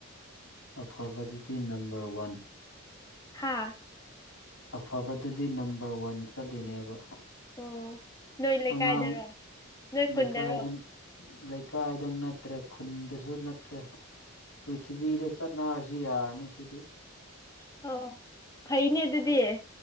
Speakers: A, on the left; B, on the left.
A: ꯑꯐꯕꯗꯨꯗꯤ ꯅꯝꯕꯔ ꯋꯥꯟ
B: ꯍꯥꯥ
A: ꯑꯐꯕꯗꯗꯤ ꯅꯝꯕꯔ ꯋꯥꯟ ꯆꯠꯂꯤꯅꯦꯕ
B: ꯑꯣ ꯅꯣꯏ ꯂꯩꯀꯥꯏꯗꯔꯣ
A: ꯑꯉꯥꯡ
B: ꯅꯣꯏ
A: ꯂꯩꯀꯥꯏꯗ
B: ꯈꯨꯟꯗꯔꯣ
A: ꯂꯩꯀꯥꯏꯗꯪ ꯅꯠꯇ꯭ꯔꯦ ꯈꯨꯟꯗꯁꯨ ꯅꯠꯇ꯭ꯔꯦ ꯄ꯭ꯔꯤꯊꯤꯕꯤꯗ ꯆꯠꯅꯔꯁꯨ ꯌꯥꯔꯅꯤ ꯁꯤꯗꯤ
B: ꯑꯣ ꯐꯩꯅꯦ ꯑꯗꯨꯗꯤ